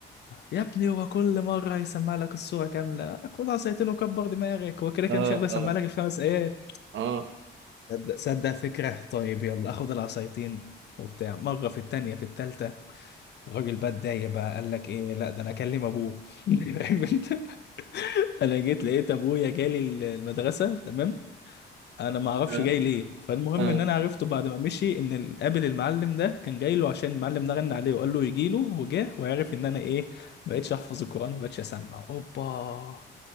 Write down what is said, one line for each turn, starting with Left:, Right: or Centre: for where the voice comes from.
Left: يا ابني هو كل مرة هيسمع لك الصورة كاملة خد عصايتين وكبر دماغك هو كده كده
Right: اه
Left: مش هيقدر يسمع
Right: اه
Left: لك الخمس آيات
Right: اه
Left: صدق صدق فكرة طيب يلا اخد العصايتين وبتاع مرة في التانية في التالتة الراجل بقى اتضايق بقى قال لك ايه لا ده انا اكلم ابوه <laughs> فاهم انت انا جيت لقيت ابويا جالي المدرسة تمام انا ما اعرفش
Right: اه
Left: جاي ليه فالمهم
Right: اه
Left: ان انا عرفته بعد ما مشي ان ال- قابل المعلم ده كان جاي له عشان المعلم ده غنى عليه وقال له يجي له وجاه وعرف ان انا ايه بقيتش احفظ القران وبقيتش اسمع اوبا